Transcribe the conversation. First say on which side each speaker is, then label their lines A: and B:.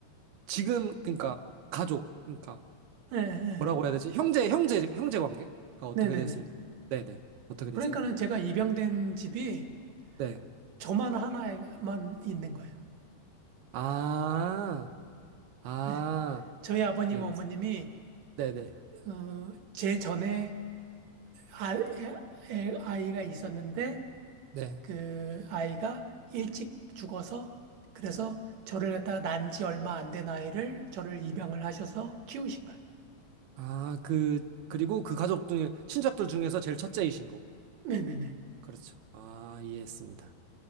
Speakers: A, on the right (about 85°); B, on the right (about 65°).
A: 지금, 그러니까, 가족, 그러니까,
B: 예, 예.
A: 뭐라고 해야 되지? 형제, 형제, 형제 관계가 어떻게
B: 네네네.
A: 되세요? 네네. 어떻게
B: 그러니까는
A: 되세요?
B: 제가 입양된 집이
A: 네.
B: 저만 하나만 있는 거예요.
A: 아, 아,
B: 네. 저희 아버님,
A: 이해됐어.
B: 어머님이,
A: 네네.
B: 어, 제 전에 아, 에- 에- 아이가 있었는데,
A: 네.
B: 그 아이가 일찍 죽어서, 그래서 저를 갖다가 난 지 얼마 안 된 아이를 저를 입양을 하셔서 키우신 거예요.
A: 아, 그, 그리고 그 가족 중에, 친척들 중에서 제일 첫째이신 거고.
B: 네네네.
A: 그렇죠. 아, 이해했습니다.